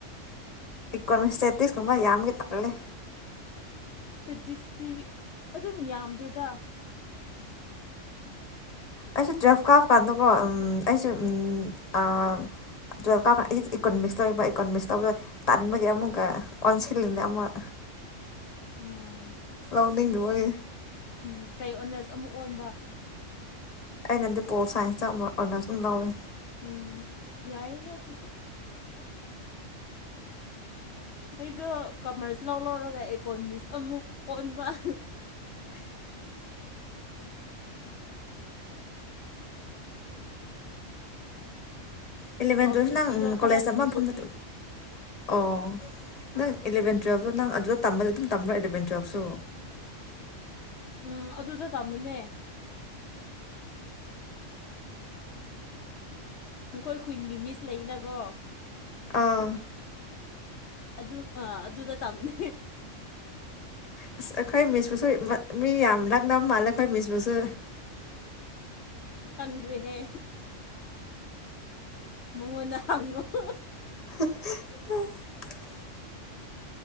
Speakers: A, on the left; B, on the left.
A: ꯏꯀꫭꯅ ꯁꯇꯦꯠꯇꯤꯁ ꯀꯨꯝꯕ ꯌꯥꯝꯕꯒꯤ ꯇꯜꯂꯦ
B: ꯁꯇꯦꯇꯤꯛꯁꯇꯤ ꯑꯗꯨꯝ ꯌꯥꯝꯗꯦꯗ
A: ꯑꯩꯁꯨ ꯇꯨꯋꯜꯐ ꯀꯥꯕ ꯀꯥꯟꯗꯀꯣ ꯎꯝ ꯑꯩꯁꯨ ꯎꯝ ꯑ ꯇꯨꯋꯜꯞ ꯀꯥꯕ ꯀꯥꯟꯗ ꯑꯩꯁꯨ ꯏꯀꯣꯅꯣꯃꯤꯛꯁ ꯂꯧꯋꯦꯕ ꯏꯀꯣꯅꯣꯃꯤꯛꯁꯇꯗ ꯇꯟꯕꯒꯤ ꯑꯃꯨꯛꯀ ꯑꯣꯟꯁꯤꯜꯂꯤꯅꯦ ꯑꯃꯨꯛ
B: ꯎꯝ
A: ꯂꯧꯅꯤꯡꯗꯕꯒꯤ
B: ꯎꯝ ꯀꯩ ꯑꯣꯅꯔꯁ ꯑꯃꯨꯛ ꯑꯣꯟꯕ
A: ꯑꯩꯅꯗꯤ ꯄꫭꯜ ꯁꯥꯏꯟꯁꯇ ꯑꯃꯨꯛ ꯑꫭꯅꯔꯁ ꯇꯨꯝ ꯂꯧꯋꯦ
B: ꯎꯝ ꯌꯥꯏꯗ ꯑꯗꯨꯁꯨ ꯑꯩꯗꯣ ꯀꯃꯔꯁ ꯂꯧ ꯂꯧꯔꯒ ꯏꯀꯣꯅꯣꯃꯤꯛꯁ ꯑꯃꯨꯛ ꯑꯣꯟꯕ <inaudible>
A: ꯑꯦꯂꯚꯦꯟ
B: ꯑꯦꯀꯥꯎꯟꯇꯦꯟꯁꯤꯗꯣ
A: ꯇꯨꯋꯦꯜꯐ ꯅꯪ
B: ꯈꯔ
A: ꯀꯣꯂꯦꯖ ꯇꯝꯕ
B: ꯂꯨꯕꯒꯤ
A: ꯃꯐꯝꯗ ꯑꯣ ꯅꯪ ꯏꯂꯚꯦꯟ ꯇꯨꯌꯦꯜꯐꯇꯣ ꯅꯪ ꯑꯗꯨꯗ ꯇꯝꯕꯗ ꯑꯗꯨꯝ ꯇꯝꯕ꯭ꯔꫭ ꯏꯂꯚꯦꯟ ꯇꯨꯋꯦꯜꯐꯁꯨ
B: ꯎꯝ ꯑꯗꯨꯗ ꯇꯝꯃꯤꯅꯦ ꯅꯈꯣꯏ ꯈꯨꯟꯒꯤ ꯃꯤꯁ ꯂꯩꯅꯀꯣ
A: ꯑꯥ
B: ꯑꯗꯨ ꯑꯥ ꯑꯗꯨꯗ ꯇꯝꯅꯦ
A: ꯑꯁ ꯑꯩꯈꯣꯏ ꯃꯤꯁꯄꯨꯁꯨ ꯃꯤ ꯌꯥꯝ ꯂꯥꯛꯅꯕ ꯃꯥꯜꯂꯦ ꯑꯩꯈꯣꯏ ꯃꯤꯁꯄꯨꯁꯨ
B: ꯈꯪꯗ꯭ꯔꯤꯍꯦ ꯃꯉꯣꯟꯗ ꯍꯪꯉꫭ
A: <inaudible>